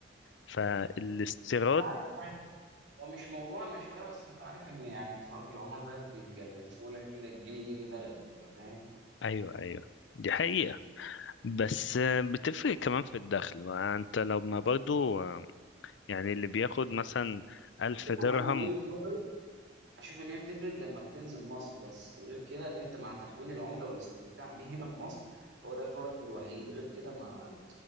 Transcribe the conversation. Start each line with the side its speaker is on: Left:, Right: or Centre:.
Left: فالاستيراد
Right: انت عارف يعني هو مش موضوعنا شويه بس انت عارف ان يعني فرق العمر ده بيبقى لك كده الجنيه جنيه بلد انت فاهم
Left: ايوه ايوه دي حقيقة بس آه، بتفرق كمان في الدخل ما انت لما برضو آه، يعني اللي بياخد مثلا ألف درهم
Right: انا أنا مريض اشوف ان هي بتفرق لما بتنزل مصر بس غير كده ان انت مع تحويل العمله والاستمتاع بيه هنا في مصر هو ده الفرق الوحيد غير كده ما